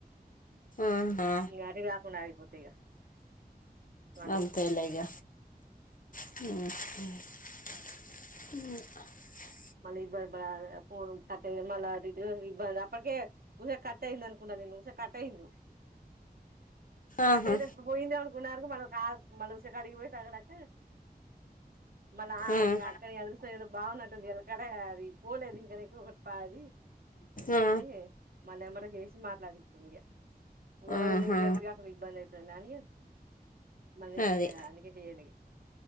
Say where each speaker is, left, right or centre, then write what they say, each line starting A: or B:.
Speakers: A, on the left; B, on the right.
A: ఆహా,
B: అటిఇటూ కాకుండా ఆగిపోతయి ఇగ అందుకు
A: అంతేలే ఇక <unintelligible>
B: మళ్ళీ ఇబ్బంది పడాల ఆ ఫన్ కట్ అయి మల్ల అటు ఇటు ఇబ్బంద ఇప్పటికే ఉష కట్ అయింది అనుకున్న నేను ఉషా కట్ అయింది కట్
A: ఆహా.
B: అయితే పోయిండెమో అనుకున్నా మన కాదు మళ్ళ ఉష కాడికి పోయి టకటక మళ్ళా ఆ
A: ఉమ్.
B: అక్కని నీ అదృష్టం ఏదో బాగున్నట్టుంది క్కడ అది పోలేదు నీకొకటి పాది
A: ఆ
B: అని మళ్ళీ ఎమ్మటే చేసి మాట్లాడించింది ఇగ ఇంక మళ్ళ
A: ఆహా
B: ఇంగ అటుఇటు కాకుండా ఇబ్బంది అయితుందని మళ్ళీ చే
A: అది
B: అందుకే చెయలే